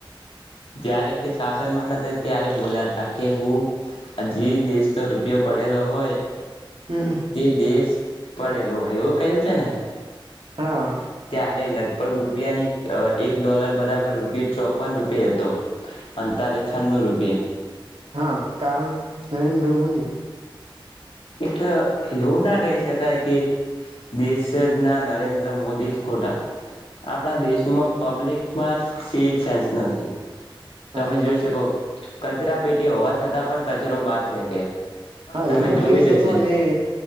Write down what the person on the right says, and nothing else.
હમ
હા
હા કારણ નરેન્દ્ર મોદી
હા બરાબર
હા
એ પણ
કહી શકો
અને